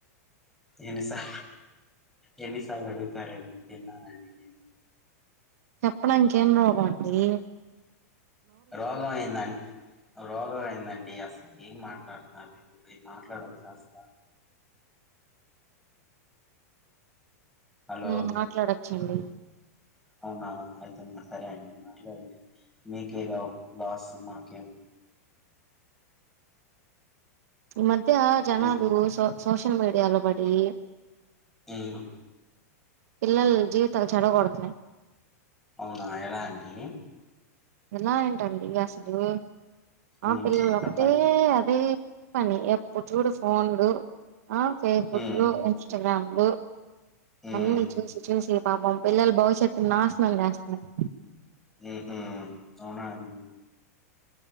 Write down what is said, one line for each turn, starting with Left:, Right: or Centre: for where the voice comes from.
Centre: ఎన్నిసా ఎన్నిసార్లు అడుగుతారండి తిన్నానండి నేను
Right: చెప్పడాంకేం రోగం అండి
Centre: రోగం అయింద్ నాకు రోగం ఏందండి అసలు ఏం మాట్లాడుతున్నారు మీరు అయి మాట్లాడొచ్చా అసల హలో
Right: మ్మ్ మాట్లాడు ఛలీ
Centre: అవునా ఐ అమ్ సరే అండి మాట్లాడనులే నీకే రావ్ లాస్ మాకేమున్
Right: ఓ టే ఆ జనాలు
Centre: ఉమ్
Right: సో సోషల్ మీడియాల బడి
Centre: మ్మ్
Right: పిల్లల జీవితాలు చెడ కొడతునయి
Centre: అవునా ఎలా అండి
Right: ఎలా ఏంటండి అసలు అం
Centre: ఉమ్
Right: పిల్లలకపోతే
Centre: చెప్పండి
Right: అదే దే పని ఎప్పుడు చూడు ఫోన్లు ఆ ఫేస్బుక్
Centre: ఉమ్
Right: లో ఇన్స్టాగ్రామ్ ఓ
Centre: ఉమ్
Right: అన్నీ చూసి చూసి పాపం పిల్లలు భవిష్యత్తు నాశనం చేస్తున్నారు
Centre: ఉహు అవునా అండి